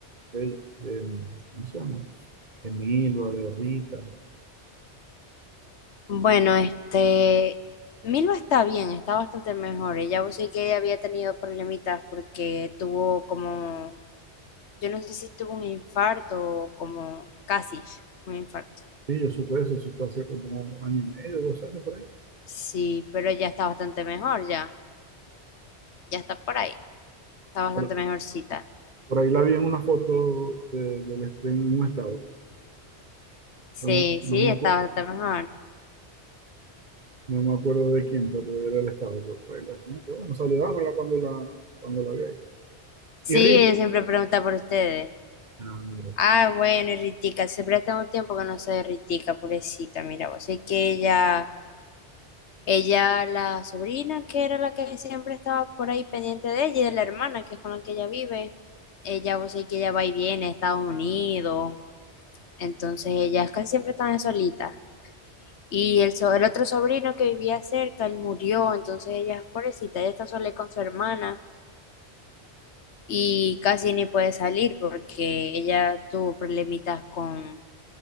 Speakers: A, on the right; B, on the left.
A: de, de- de- ¿cómo se llama? De Milva, de Rita.
B: Bueno, este, Milva está bien, está bastante mejor. Ella vos sí que ella había tenido problemitas porque tuvo como, yo no sé si tuvo un infarto o como casi un infarto.
A: Sí, yo supe eso, eso fue hace como año y medio, dos años por ahí.
B: Sí, pero ya está bastante mejor, ya, ya está por ahí, está bastante
A: Por,
B: mejorcita.
A: por ahí la vi en una foto de, del de un estado.
B: Sí,
A: No, no
B: sí,
A: me
B: está
A: acuerdo,
B: bastante mejor.
A: no me acuerdo de quién, pero era el estado. Por, por ahí la vi. Ah, qué bueno, saludámosla cuando la, cuando la vi ahí.
B: Sí,
A: Y Rita,
B: ella siempre pregunta por ustedes.
A: ah, mira,
B: Ah,
A: pues,
B: bueno, y Ritica, siempre tengo tiempo que no sé de Ritica, pobrecita, mira, vos sé que ella... Ella, la sobrina, que era la que siempre estaba por ahí pendiente de ella, y de la hermana, que es con la que ella vive. Ella, vos sabés que ella va y viene a Estados Unidos, entonces ellas casi siempre están solitas. Y el, so- el otro sobrino que vivía cerca, él murió, entonces ella, pobrecita, ella está sola con su hermana y casi ni puede salir porque ella tuvo problemitas con,